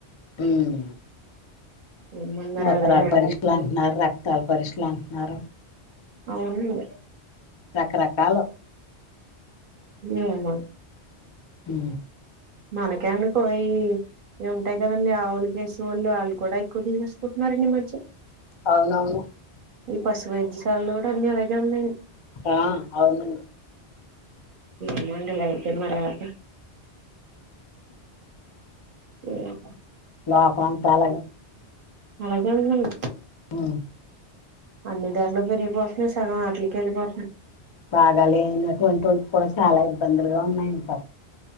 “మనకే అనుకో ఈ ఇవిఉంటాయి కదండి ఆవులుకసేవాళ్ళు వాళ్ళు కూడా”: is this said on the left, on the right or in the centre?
Right